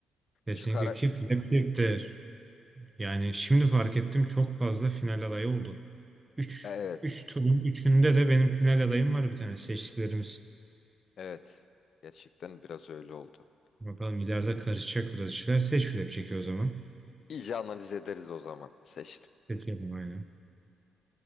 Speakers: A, on the right; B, on the left.
A: Kesinlikle
B: Şu kara...
A: ki Flapjack de yani şimdi fark ettim çok fazla final adayı oldu. üç
B: Evet.
A: 3 turun üçünde de benim final adayım var bir tane seçtiklerimiz.
B: Evet. Gerçekten biraz öyle oldu.
A: Bakalım ileride karışacak biraz işler. Seç Flapjack'i o zaman.
B: İyice analiz ederiz o zaman. Seçtim.
A: Seçelim aynen.